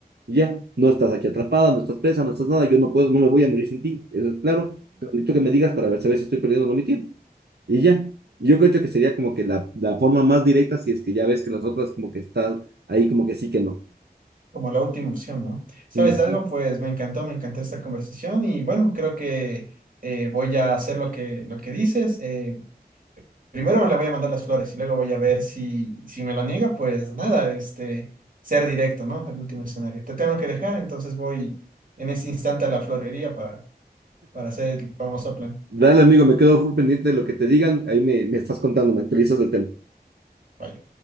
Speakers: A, on the right; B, on the right.
A: Y Ya, no estás aquí atrapada, no estás presa, no estás nada, yo no puedo, no me voy a morir sin ti, eso es claro, pero necesito que me digas para ver, saber si estoy perdiendo o no mi tiempo. Y ya, yo creo que sería como que la, la forma más directa si es que ya ves que las otras como que están ahí como que sí que no.
B: Como la última opción, ¿no? ¿Sabes
A: Ujú.
B: algo? Pues me encantó, me encantó esta conversación y bueno, creo que eh, voy a hacer lo que, lo que dices. Eh, primero le voy a mandar las flores y luego voy a ver si, si me lo niega, pues nada, este, ser directo, ¿no? El último escenario. Te tengo que dejar, entonces voy en ese instante a la florería para, para hacer el famoso plan.
A: Dale, amigo, me quedo full pendiente de lo que te digan. Ahí me, me estás contando, me actualizas el tema.
B: Bye.